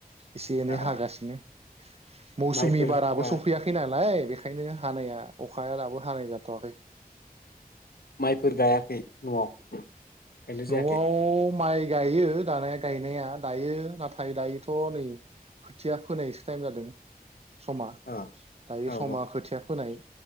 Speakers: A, on the right; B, on the left.
A: एसे एनै
B: आ
A: हागासिनो मौसुमि
B: माइफोरा
A: बाराबो सफैयाखै नालाय बेखायनो हानाया अखाया दाबो हानाय जाथ'वाखै
B: माइफोर गायाखै न'आव गायनाय जायाखै
A: न'आव माइ गायो दानाया गायनाया दायो नाथाय दायोथ' नै खोथिया फोनायसो टाइम जादों समा
B: ओ
A: दायो
B: औ
A: समा खोथिया फोनाय